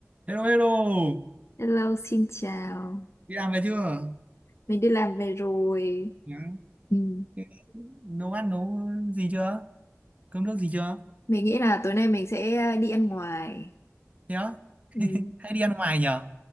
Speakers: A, on the right; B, on the left.
A: Hello hello,
B: Hello, xin chào.
A: đi làm về chưa?
B: Mình đi làm về rồi.
A: Nhá.
B: Ừ.
A: Thế Nấu ăn nấu gì chưa? Cơm nước gì chưa?
B: Mình nghĩ là tối nay mình sẽ ờ, đi ăn ngoài.
A: Thế á,
B: Ừ.
A: hay đi ăn ngoài nhở?